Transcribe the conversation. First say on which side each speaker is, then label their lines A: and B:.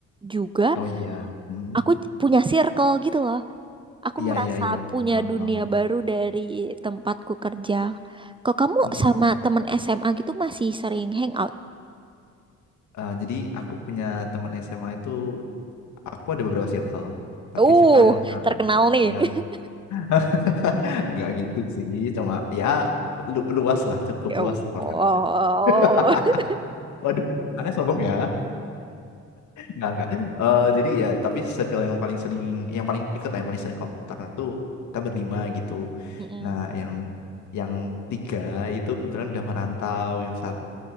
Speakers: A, on the right; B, on the left.
A: juga
B: Oh iya. Mm.
A: aku j- punya circle gitu loh aku
B: Iya,
A: merasa
B: iya, iya.
A: punya
B: Paham,
A: dunia
B: paham.
A: baru dari tempatku kerja kok kamu
B: Mm-mm.
A: sama teman SMA gitu masih sering hangout
B: Uh, jadi aku punya teman SMA itu aku ada beberapa circle, tapi
A: uh
B: circle yang sama.
A: terkenal nih
B: Ya,
A: <laughs>
B: <laughs> nggak gitu sih, cuma ya lu- luas lah, cukup
A: ya Allah
B: luas lah Hortem. <laughs>
A: <laughs>
B: Waduh, aneh sombong ya. <laughs> Nggak, nggak. Eh, jadi ya, tapi circle yang paling sering, yang paling dekat lah, yang paling sering kontak tuh kita berlima gitu.
A: Mm-mm.
B: Nah, yang yang tiga itu kebetulan udah merantau, yang satu,